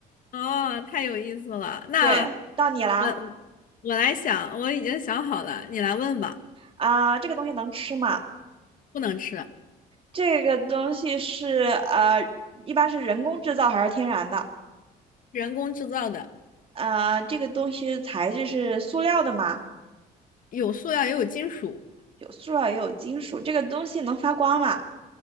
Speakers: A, on the left; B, on the right.
A: 哦，太有意思了。那
B: 对，到你啦。
A: 我我来想，我已经想好了，你来问吧。
B: 啊、这个东西能吃吗？
A: 不能吃，
B: 这个东西是呃，一般是人工制造还是天然的？
A: 人工制造的，
B: 呃，这个东西材质是塑料的吗？
A: 有塑料也有金属，
B: 有塑料也有金属。这个东西能发光吗？